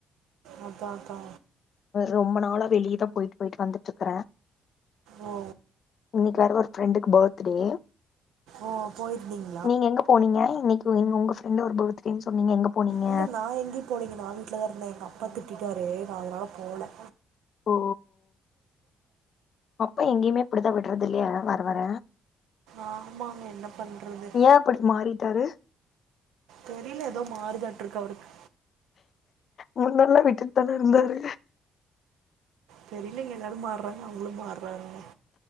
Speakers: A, on the right; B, on the left.
A: அதா அதா
B: ரொம்ப நாளா வெளியதா போயிட்டு போயிட்டு வந்துட்டு இருக்கறே
A: ஓ
B: இன்னைக்கு வேற ஒரு ஃப்ரெண்டுக்கு பர்த்டே
A: ஓ போயிருந்தீங்
B: நீங்க எங்க போனீங்க இன்னைக்குங் உங்க ஃப்ரெண்டோட பர்த்டேன்னு சொன்னீங்க எங்க போனீங்க
A: இல்ல நா எங்கேயு போலீங்க நா வீட்டல தா இருந்தங்க எங்க அப்பா திட்டிட்டாரு நா அதனால போல
B: ஓ அப்பா எங்கேயுமே இப்டிதா விட்றது இல்லையா வர வர
A: ஆமாங்க என்ன பண்றது
B: ஏ அப்டி மாறிட்டாரு
A: தெரில எதோ மாறுதாட்டு இருக்கு அவருக்கு
B: முன்னல்லா விட்டுட்டு தான இருந்தாரு
A: தெரிலைங்க எல்லாரு மாறாங்க அவுங்களு மாறாங்க